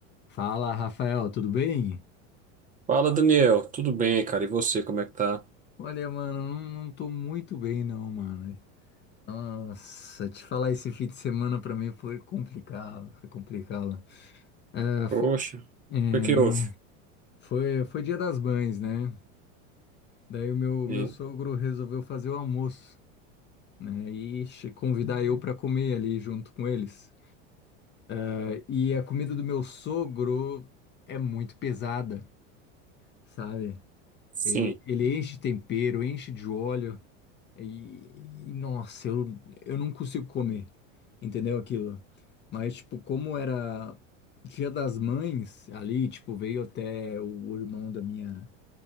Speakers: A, on the left; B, on the right.
A: Fala, Rafael, tudo bem?
B: Fala, Daniel. Tudo bem, cara? E você, como é que tá?
A: Olha, mano, não, não tô muito bem não, mano. Nossa, te falar esse fim de semana pra mim foi complicado, foi complicado. É, fo-
B: Poxa,
A: é,
B: o que que houve?
A: foi, foi, Dia das Mães, né? Daí o meu,
B: E-
A: meu sogro resolveu fazer o almoço, né? E che- convidar eu pra comer ali junto com eles. É, E a comida do meu sogro é muito pesada, sabe?
B: sim,
A: Ele, ele enche de tempero, enche de óleo. E, e, nossa, eu, eu não consigo comer, entendeu aquilo? Mas, tipo, como era Dia das Mães ali, tipo, veio até o irmão da minha,